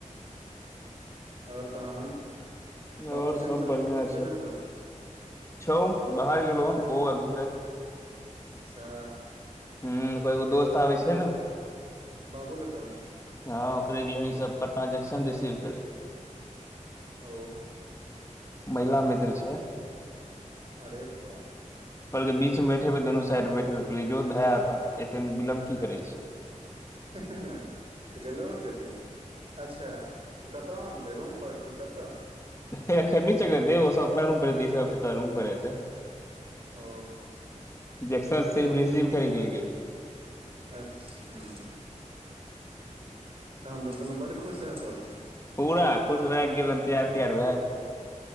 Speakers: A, on the right; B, on the left.
A: आओर तहन
B: छै
A: बाबुल
B: और सब
A: सिंहसँ
B: बढ़िया
A: छोड़िकऽ चलि
B: छै
A: गेलहुँ।
B: छौ बाहर गेलो हन ओ धीरज।
A: सेह
B: हू कोइ एगो दोस्त आबै छै ने
A: बाबूल कऽ
B: ह ओकरे गेले ई सभ पटना जंक्शन रिसीव करे।
A: ओ।
B: महिला मित्र छै
A: अरे बाप
B: कहलकै बीच मे बैबे दुनू साइड मे बैठेबे कहलियै जो भए एत एते मे विलमब की करै छै।
A: ह तऽ गेलहु ने कथी। अच्छा त कतऽ आनतै रूम परर कि कतऽ
B: ओ सभ अपना रूम परै रूम पर एतै
A: ओ।
B: ्न सिर्फ रिसीव करिक ल गेलै
A: अच्छा। तहन तऽ दुनू बड खुश हैता।
B: पूरा खुश भए गेलनि तैयार तैयार भए गेल।